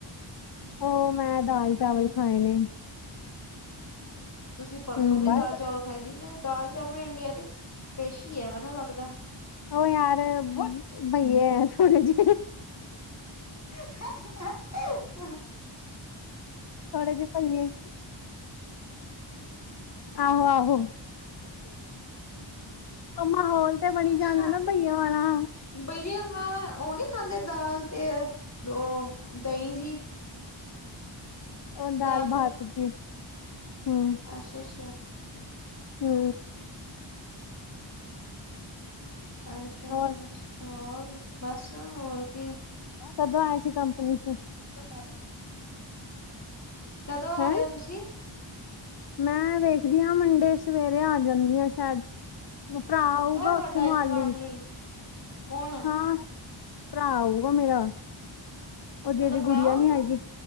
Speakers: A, on the left; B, on the left.
A: ਓ ਮੈਂ ਦਾਲ-ਚਾਵਲ ਖਾਏ ਨੇ।
B: ਤੁਸੀਂ ਪਰਸੋਂ
A: ਹੂੰ।
B: ਵੀ ਦਾਲ-ਚਾਵਲ ਖਾਏ ਸੀ ਤੇ ਦਾਲ-ਚਾਵਲ ਇੰਡੀਆ ਦੀ ਪੇਸ਼ੀ ਹੈ ਵਾ ਨਾ ਲੱਗਦਾ।
A: ਉਹ ਯਾਰ ਬਈਏ ਏ ਥੋੜੇ ਜੇ
B: ਹਾਂਹਾਂ
A: ਥੋੜੇ ਜੇ ਪਈਏ ਆਹੋ-ਆਹੋ। ਓ ਮਾਹੌਲ ਤੇ ਬਣੀ
B: ਅੱਛਾ
A: ਜਾਂਦਾ ਨਾ ਭਈਆ ਵਾਲਾ।
B: ਬਈਆ ਹਾ ਓ ਨੀ ਖਾਂਦੇ ਦਾਲ ਤੇ ਓ ਦਈ ਜੀ।
A: ਓ ਦਾਲ-ਬਤ
B: ਦਾਲ
A: ਜੀ ਹੂੰ
B: ਅੱਛਾ-ਅੱਛਾ।
A: ਹੂੰ।
B: ਅੱਛਾ-ਅੱਛਾ-ਅੱਛਾ
A: ਹੋਰ
B: ਹੋਰ ਬਸ ਹੋਰ ਕੀ
A: ਕਦੋਂ ਆਏ ਸੀ ਕੰਪਨੀ ਚ?
B: ਕਬ ਆਏ? ਕਦੋਂ ਆ
A: ਹੈਂ
B: ਰਹੇ ਹੋ, ਤੁਸੀਂ?
A: ਮੈਂ ਵੇਖਦੀ ਹਾਂ ਮੰਡੇ ਸਵੇਰੇ ਆ ਜਾਂਦੀ ਆ ਸ਼ਾਇਦ। ਭਰਾ
B: ਪੱਕਾ
A: ਆਊਗਾ
B: ਤੁਹਾਡਾ
A: ਉੱਥੇ ਮੋਹਾਲੀ
B: ਇੱਧਰ ਆਉਣ ਲਈ, ਕੌਣ
A: ਹਾਂ ਭਰਾ ਆਊਗਾ ਮੇਰਾ। ਉਹ ਜਿਹੜੀ
B: ਤੁਹਾਡਾ ਭਰਾ
A: ਗੁੜੀਆਂ
B: ਹੋਗਾ
A: ਨੀ ਹੈਗੀ,